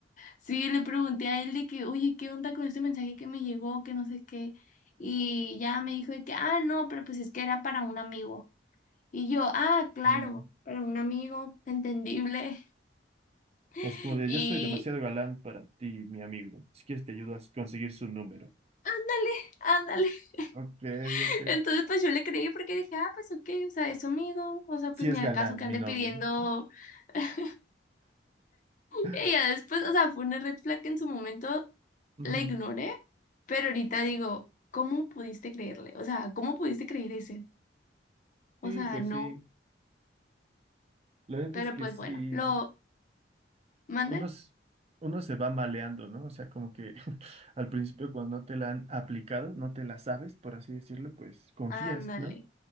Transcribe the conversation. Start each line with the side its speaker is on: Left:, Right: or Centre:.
Left: sí le pregunté a él de que, oye, ¿qué onda con este mensaje que me llegó? Que no sé qué. Y ya me dijo de que, ah, no, pero pues es que era para un amigo. Y yo, ah, claro,
Right: Mm.
Left: para un amigo, entendible. <laughs>
Right: Así como de,
Left: Y
Right: yo soy demasiado galán para ti, mi amigo. Si quieres te ayudo a conseguir su número.
Left: ándale, ándale.
Right: Ok,
Left: <laughs>
Right: ok.
Left: Entonces pues yo le creí porque dije, ah, pues ok, o sea, es su amigo, o sea, pues
Right: Sí
Left: ni
Right: es
Left: al
Right: galán,
Left: caso que ande
Right: mi novio,
Left: pidiendo.
Right: ¿no?
Left: <laughs>
Right: <laughs>
Left: Ella después, o sea, fue una red flag que en su momento
Right: Ujú.
Left: la ignoré, pero ahorita digo, ¿cómo pudiste creerle? O sea, ¿cómo pudiste creer ese? O
Right: Sí,
Left: sea,
Right: pues
Left: no.
Right: sí. Lo verdad
Left: Pero
Right: es que
Left: pues
Right: sí,
Left: bueno, lo mandan.
Right: uno, s- uno se va maleando, ¿no? O sea, como que <laughs> al principio cuando no te la han aplicado, no te la sabes, por así decirlo, pues confías,
Left: Ándale.
Right: ¿no?